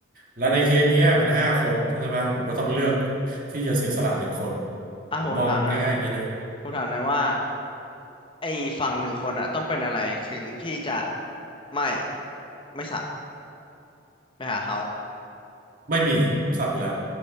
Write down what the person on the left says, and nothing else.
อ่ะผมถามหน่อย
ผมถามหน่อยว่า ไอ้ฝั่งหนึ่งคนอะต้องเป็นอะไรถึงพี่จะไม่ไม่สับไปหาเขา